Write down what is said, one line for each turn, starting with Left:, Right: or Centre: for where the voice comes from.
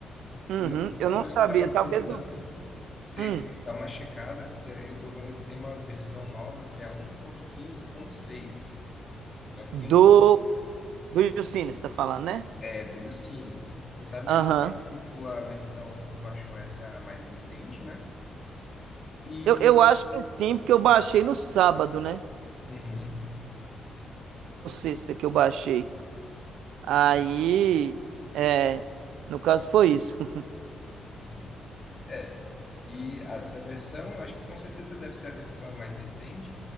Right: uhum.
Left: Uma,
Right: Eu
Left: uma
Right: não
Left: coisa
Right: sabia,
Left: que eu estava
Right: talvez
Left: pensando,
Right: o
Left: você
Right: hum,
Left: dá uma checada, porque eu estou vendo que tem uma versão nova que é um ponto ponto quinze ponto seis Então,
Right: do
Left: quem
Right: do Yucine, você tá falando, né?
Left: É, do YouCine. Quem sabe
Right: Aham.
Left: ver se tua versão que tu baixou essa é a mais recente, né? E.
Right: Eu, eu acho que sim, porque eu baixei no sábado, né?
Left: Uhum,
Right: Ou sexta que eu baixei. Aí, é, no caso foi isso. <laughs>
Left: uhum. É. E essa versão, acho que com certeza deve ser a versão mais recente.